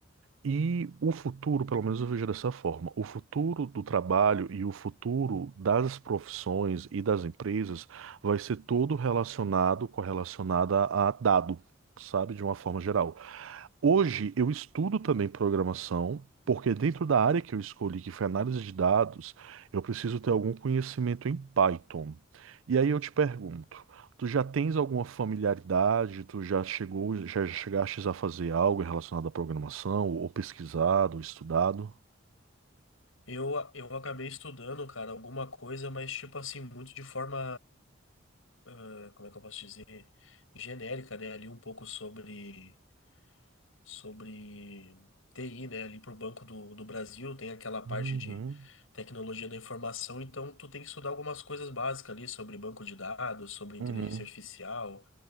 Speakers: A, on the right (about 75°); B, on the left (about 85°).
A: E o futuro, pelo menos eu vejo dessa forma, o futuro do trabalho e o futuro das profissões e das empresas vai ser todo relacionado, correlacionado a dado, sabe, de uma forma geral. Hoje eu estudo também programação, porque dentro da área que eu escolhi, que foi análise de dados, eu preciso ter algum conhecimento em Python. E aí eu te pergunto, Tu já tens alguma familiaridade? Tu já chegou, já chegaste a fazer algo relacionado à programação, ou pesquisado, ou estudado?
B: Eu, eu acabei estudando, cara, alguma coisa, mas tipo assim, muito de forma, ah, como é que eu posso dizer? Genérica, né? Ali um pouco sobre sobre TI, né? Ali para o Banco do, do Brasil tem aquela parte
A: Uhum,
B: de tecnologia da informação, então tu tem que estudar algumas coisas básicas ali sobre banco de dados, sobre inteligência
A: uhum,
B: artificial,